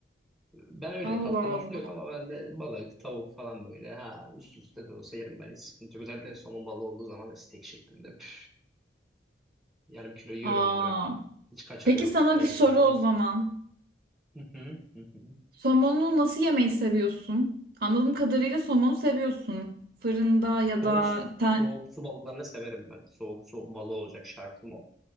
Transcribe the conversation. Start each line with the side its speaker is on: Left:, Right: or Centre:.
Centre: Ben öyle
Right: Allah.
Centre: tatlı matlı yok ama ben de balık, tavuk falan böyle ha üst üste de olsa yerim ben hiç sıkıntı yok. Özellikle somon balığı olduğu zaman da steak şeklinde. Püf, yarım kilo yiyorum
Right: Aa.
Centre: yani ben. Hiç kaçarı
Right: Peki
Centre: yok.
Right: sana
Centre: Evet
Right: bir soru
Centre: evet on.
Right: o zaman.
Centre: Hı hı, hı hı.
Right: Somonu nasıl yemeyi seviyorsun? Anladığım kadarıyla somonu seviyorsun. Fırında ya
Centre: Soğuk,
Right: da
Centre: su-
Right: ten...
Centre: soğuk su balıklarını severim ben. Soğuk su balığı olacak şartım o.